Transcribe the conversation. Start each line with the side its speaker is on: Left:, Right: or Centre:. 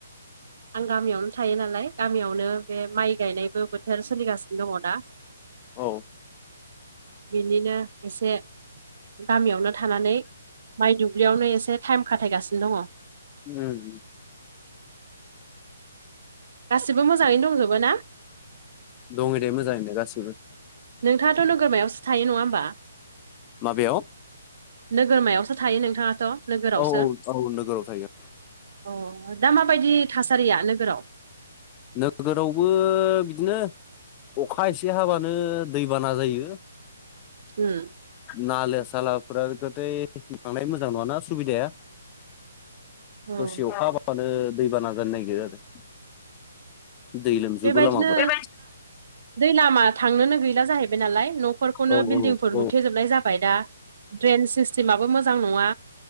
Right: आं गामियावनो थायो नालाय गामियावनो बे माइ गायनायबो बोथोर सोलिगासिनो दङ दा।
Left: औ
Right: बिनिनो एसे। गामियावनो थानानै माइ दुब्लियावनो एसे टाइम खाथायगासिनो दङ।
Left: उम
Right: गासिबो मोजाङैनो दंजोबो ना।
Left: दङ दे मोजाङै दे गासिबो
Right: नोंथाङाथ' नोगोरमायावसो थायो नङा होमबा
Left: माबायाव
Right: नोगोरमायावसो। थायो नोंथाङाथ' नोगोरावसो
Left: औ औ औ नोगोराव थायो।
Right: अ दा माबायदि थासारिया नोगोराव।
Left: नोगोरावबो बिदिनो अखा एसे हाबानो दैबाना जायो।
Right: हम
Left: नालो सालाफोराथाय लांनाय मोजां नङाना सुबिदाया।
Right: औ
Left: दसे अखा हाबाबानो दैबाना जानो नागिरो आरो। दै लोमजोबो
Right: बेबायदिनो
Left: लामाफोरा
Right: दै लामा थांनोनो गैला जाहैबाय नालाय। न'फोरखौनो
Left: औ
Right: बिल्डिंफोर
Left: औ औ।
Right: लुथेेजोबनाय जाबाय दा ड्रेन सिस्टेमाबो मोजां नङा।